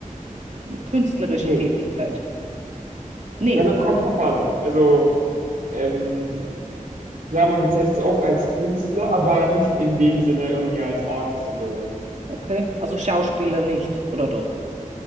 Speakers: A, on the right (about 55°); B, on the right (about 80°).
A: eine künstlerische
B: Nee.
A: Tätigkeit? Nee,
B: Also kommt drauf an. Also, ähm, klar, man bezeichnet es auch als Künstler, aber nicht in dem Sinne irgendwie als Artist oder so.
A: okay. Also Schauspieler nicht, oder doch?